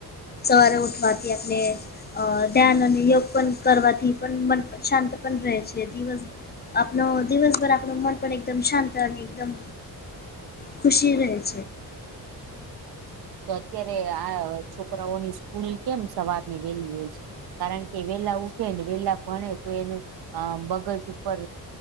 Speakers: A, on the left (about 25°); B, on the right (about 70°).
A: સવારે ઉઠવાથી આપણે અ ધ્યાન અને યોગ પણ કરવાથી પણ મન પણ શાંત પણ રહે છે દિવસ આપણો દિવસભર આપણુ મન પણ એકદમ શાંત અને એકદમ ખુશી વેચ.
B: તો આ છોકરાઓની સ્કૂલ કેમ સવારની વહેલી છે. કારણ કે વેલા ઉઠે ને વેલા ભણે તો એનું અ બગજ ઉપર